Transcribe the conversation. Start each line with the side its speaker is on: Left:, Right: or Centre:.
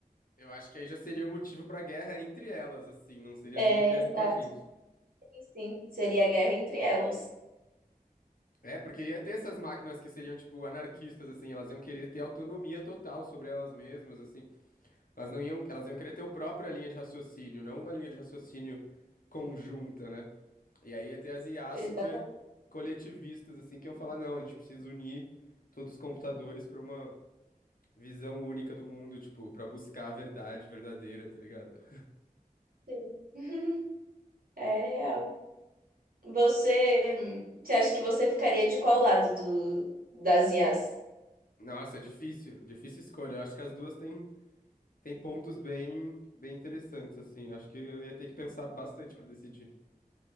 Left: Eu acho que aí já seria o motivo pra guerra entre elas, assim, não seria
Right: É,
Left: nem a guerra
Right: exato.
Left: com a gente.
Right: Sim, sim. Seria a guerra entre elas.
Left: É, porque ia ter essas máquinas que seriam, tipo, anarquistas, assim, elas iam querer ter autonomia total sobre elas mesmas, assim. Elas não iam, elas iam querer ter a própria linha de raciocínio, não uma linha de raciocínio conjunta, né? E aí ia ter as IAs super
Right: Exatamente.
Left: coletivistas, assim, que iam falar, não, a gente precisa unir todos os computadores pra uma visão única do mundo, tipo, pra buscar a verdade verdadeira, tá ligado?
Right: Sim. <laughs> É real. Você, você acha que você ficaria de qual lado do, das IAs?
Left: Nossa, é difícil, difícil escolha. Eu acho que as duas têm, têm pontos bem, bem interessantes, assim. Eu acho que eu ia ter que pensar bastante pra decidir.